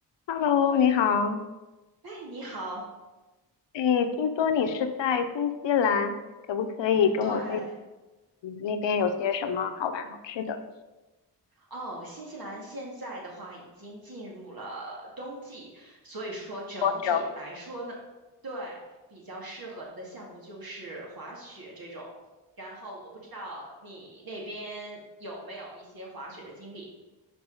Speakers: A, on the left (about 80°); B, on the right (about 55°).
A: Hello，你好。
B: 哎，你好，
A: 哎，听说你是在新西兰，可不可以跟我推荐
B: 对，
A: 你们那边有些什么好玩好吃的？
B: 哦，新西兰现在的话已经进入了冬季，所以说整体来说呢，
A: 多久？
B: 对，比较适合的项目就是滑雪这种。然后我不知道你那边有没有一些滑雪的经历，